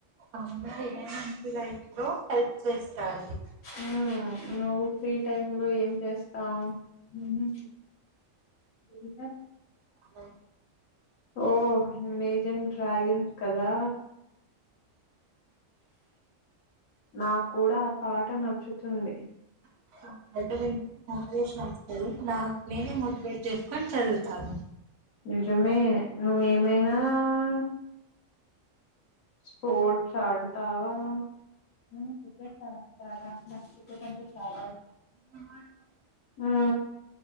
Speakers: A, on the right (about 70°); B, on the left (about 80°).
A: అమ్మా ఏ మంచి లైఫ్ లో హెల్ప్ చేస్తాయి
B: ఆ నువ్ ప్ టైమ్ లో ఏం చేస్తాం ఊహు ఇంకా
A: చాలా
B: ఓ మేజెంట్ డ్రాగన్ కదా నా క్కూడా ఆ పార్ట్ ట నచ్చుతుంది
A: ఇష్టం. పాటలు వింటే మోటివేషన్ వస్తది నాకు నేనే మోటివేట్ చేసుకొని చదువుతాను
B: నిజమే నువ్వు ఏమైనా ఆ స్పోర్ట్స్ ఆడుతావా నువ్ క్రికెట్
A: ఆడతాను.
B: ఆడుతాడ
A: నాకు
B: నాక్ క్రికెట్ అంటే చాలా
A: ఇష్టం నువ్వేం ఆడతావు?
B: ఆ